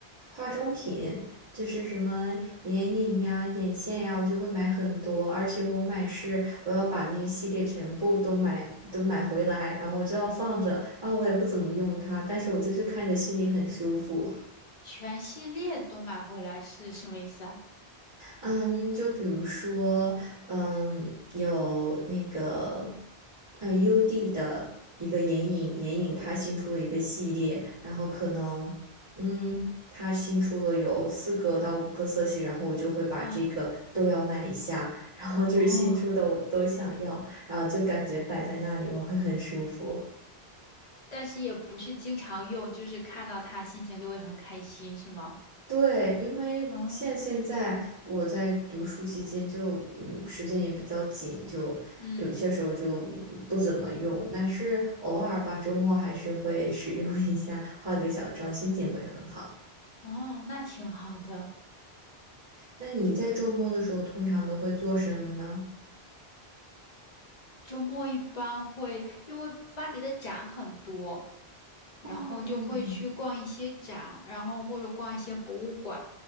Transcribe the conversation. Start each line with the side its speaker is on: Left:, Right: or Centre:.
Right: 化妆品，就是什么眼影呀、眼线呀，我就会买很多，而且我买是我要把那一系列全部都买都买回来，然后我就要放着，然后我也不怎么用它，但是我就是看着心里很舒服。
Left: 全系列都买回来是什么意思啊？
Right: 嗯，就比如说，嗯，有那个，呃，UD 的一个眼影，眼影它新出了一个系列，然后可能，嗯，它新出了有四个到五个色系，然后我就会把这个都要买一下，
Left: 嗯，
Right: 然后就是新出的我都想要，
Left: 哦，
Right: 然后就感觉摆在那里我会很舒服。
Left: 但是也不是经常用，就是看到它心情就会很开心，是吗？
Right: 对，因为像现在我在读书期间就，
Left: 嗯
Right: 嗯，时间也比较紧，就有些时候就嗯不怎么用，
Left: 嗯
Right: 但是偶尔吧，周末还是会使用一下，化个小妆，心情会很好。
Left: 嗯，那挺好的。
Right: 那你在周末的时候通常都会做什么呢？
Left: 周末一般会，因为巴黎的展很多。然后就会去逛一些展，
Right: 嗯。
Left: 然后或者逛一些博物馆，